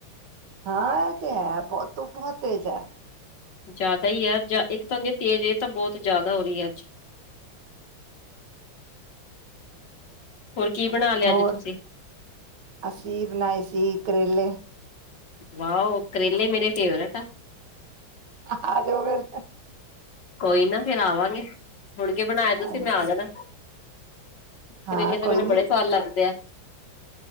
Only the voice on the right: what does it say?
ਹਾਂ ਇਹ ਤੇ ਹੈ ਬਹੁ ਤ ਬਹੁਤ ਤੇਜ਼ ਹੈ
ਹੋਰ
ਅਸੀਫ ਨਾਇਸੀਕ ਕਰੇਲੇ
ਆ ਜਾਓ ਫਿਰ
ਹਾਂਜੀ
ਹਾਂ
ਕੋਈ
ਨੀ